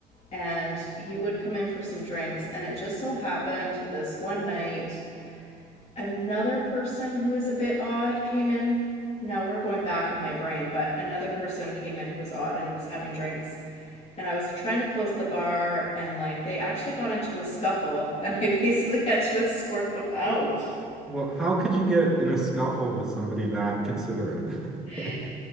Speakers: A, on the left (about 40°); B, in the centre.
A: and he would come in for some drinks. And it just so happened this one night, another person who was a bit odd came in. Now we're going back in my brain, but another person came in who was odd and was having drinks. And I was trying to close the bar, and like they actually got into a scuffle, and I <laughs> basically had to escort them out.
B: Well, how could you get in a scuffle with somebody that considerate? <laughs> Like,
A: <laughs>